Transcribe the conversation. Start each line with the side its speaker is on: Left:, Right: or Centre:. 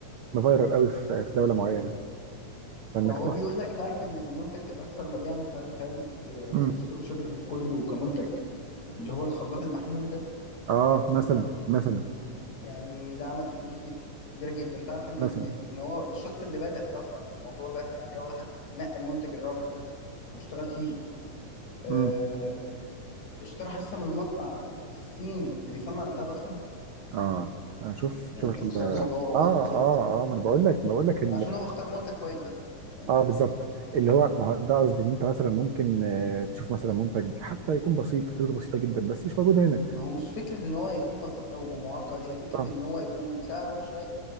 Right: مفيرال قوي في في دوله معينه فانك
Left: ما هو
Right: تروح
Left: بيقول لك تعرف ان المنتج الاكثر مبيعا السنه اللي فاتت آه،
Right: امم
Left: في في دروب شوبينج وفي كله كمنتج اللي هو الخلاط المحمول ده
Right: اه مثلا مثلا
Left: يعني ده عمل فلوس جد كبيره جدا تعرف ان
Right: مثلا
Left: ان ان هو الشخص اللي بدأ اصلا في الموضوع ده يعني اول واحد نقى المنتج الرابح ده واشتغل فيه آه،
Right: امم
Left: اشترى حصه من مصنع في الصين اللي بيصنع البتاع ده اصلا
Right: اه آه، شوف
Left: يعني
Right: شوف
Left: انت متخيل
Right: ال- اه
Left: الموضوع وصل
Right: اه
Left: لايه
Right: اه ما انا بقول لك ما بقول لك
Left: عشان هو اختار منتج كويس بس يعني فاهم
Right: اه بالظبط اللي هو ما هو ده قصدي اللي انت مثلا ممكن آه، تشوف مثلا منتج حتى يكون بسيط فكرته بسيطه جدا بس مش موجود هنا
Left: ما هو مش فكره ان هو يكون بسيط او معقد هي فكره
Right: اه
Left: ان هو يكون سعره مش غالي